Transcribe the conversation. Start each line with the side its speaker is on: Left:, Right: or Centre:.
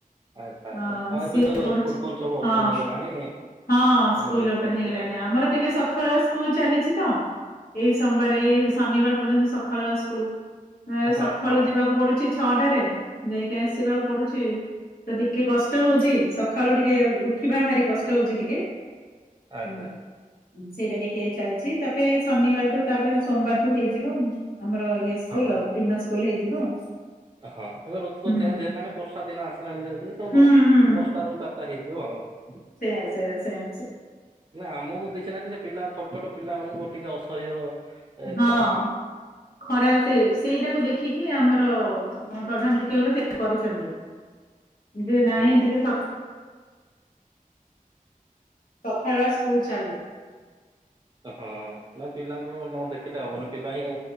Right: ଆଚ୍ଛା ଆଚ୍ଛା,
Left: ଅ
Right: ହଁ
Left: ସିଏ
Right: ଏବେ ତ
Left: ପଢୁଛି।
Right: ସ୍କୁଲ୍ ଫୁଲ୍ ସବୁ ଓପେନ
Left: ହଁ
Right: ହେଇଗଲାଣି।
Left: ହଁ ସ୍କୁଲ
Right: ଏବେ
Left: ଓପେନ
Right: ଯାଇଥିବ।
Left: ହେଇଗଲାଣି ଆମର ଟିକେ ସଖାଳ ସ୍କୁଲ ଚାଲିଛି ତ ଏଇ ସୋମବାର ଏଇ ଶନିବାର ପର୍ଯ୍ୟନ୍ତ ସକାଳ ବା ସ୍କୁଲ ସକାଳୁ
Right: ହଁ ହଁ
Left: ଯିବାକୁ ପଡୁଛି ଛଅଟାରେ ଯାଇକି ଆସିବାକୁ ପଡୁଛି ତ ଟିକେ କଷ୍ଟ ହଉଚି ସକାଳୁ ଟିକେ ଉଠିବା ଭାରି କଷ୍ଟ ହଉଚି ଟିକେ
Right: ଆଚ୍ଛା
Left: ହୁଁ
Right: ଆଚ୍ଛା
Left: ସେଇଟା ଟିକେ ଚାଲିଛି ତାପରେ ଶନିବାରଠୁ ତାପରେ ସୋମବାରଠୁ ହେଇଯିବ ଆମର ଇଏ ସ୍କୁଲ
Right: ହଁ
Left: ଆଉ ଦିନ ସ୍କୁଲ ହେଇଯିବ
Right: ହଁ ଏବେ ଋତୁ ତ
Left: ହୁଁ
Right: ଚେଞ୍ଜ ହେଲାଣି ବର୍ଷା ଦିନ ଆସିଲାଣି ଧୀରେ ଧୀରେ ତ
Left: ହୁଁ
Right: ଦଶ
Left: ହୁଁ
Right: ଦଶଟା ରୁ ଚାରିଟା ହେଇଯିବ ଆଉ
Left: ସେଇଆ ସେଇଆ ସେଇଆ
Right: ନା ଆମକୁ କିଛି ନାହିଁ ସେ ପିଲା ଛୋଟ ଛୋଟ ପିଲାମାନାନଙ୍କୁ ଟିକେ ଅସହ୍ୟ ଏ
Left: ହଁ
Right: ଖରା ଟିକେ
Left: ଖରା ସେ ସେଇଟାକୁ ଦେଖିକି ଆମର ହଁ ପ୍ରଧାନ ଶିକ୍ଷକ ସେ କରିଛନ୍ତି ଯେ ନାଇଁ
Right: ହୁଁ
Left: ଟିକେ ଥ ସକାଳୁଆ ସ୍କୁଲ ଚାଲୁ
Right: ହଁ ନା ପିଲାଙ୍କୁ ନ ଦେଖିଲେ ହବନି ପିଲା ହିଁ